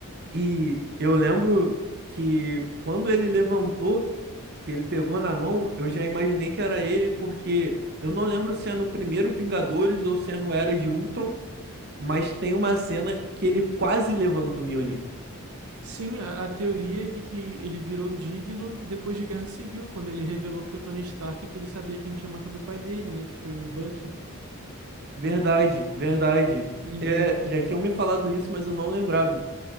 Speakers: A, on the right; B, on the right.
A: E eu lembro que quando ele levantou, que ele pegou na mão, eu já imaginei que era ele, porque eu não lembro se é no primeiro Vingadores ou se é no Era de Ultron, mas tem uma cena que ele quase levanta o Mjolnir.
B: Sim, a, a teoria é de que ele virou digno depois de Guerra Civil, quando ele revelou pro Tony Stark que ele sabia quem tinha matado o pai dele, né? Que foi o Bucky.
A: Verdade, verdade.
B: Em,
A: É,
B: em,
A: já
B: em,
A: tinham me falado isso, mas eu não lembrava.